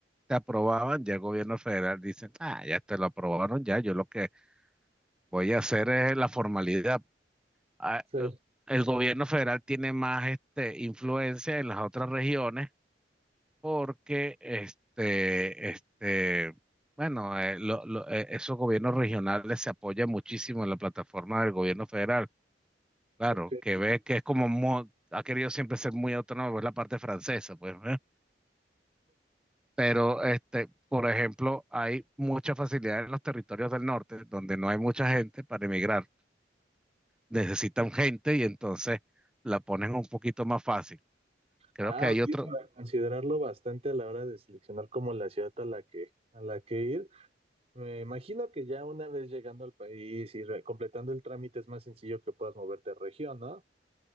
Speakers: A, in the centre; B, on the right.
A: te aprobaban, ya el gobierno federal dicen, ah, ya te lo aprobaron, ya, yo lo que voy a hacer es la formalidad. Ah,
B: Sí,
A: eh, el gobierno federal tiene más este, influencia en las otras regiones porque este, este, bueno, eh, lo- lo- eh, esos gobiernos regionales se apoyan muchísimo en la plataforma del gobierno federal. Claro,
B: ok.
A: que ve que es como mo- ha querido siempre ser muy autónomo, es la parte francesa, pues, ¿eh? Pero, este, por ejemplo, hay mucha facilidad en los territorios del norte, donde no hay mucha gente para emigrar. Necesitan gente y entonces la ponen un poquito más fácil. Creo
B: Ah,
A: que hay
B: ok,
A: otro,
B: para considerarlo bastante a la hora de seleccionar como la ciudad a la que, a la que ir. Me imagino que ya una vez llegando al país y re- completando el trámite es más sencillo que puedas moverte a región, ¿no?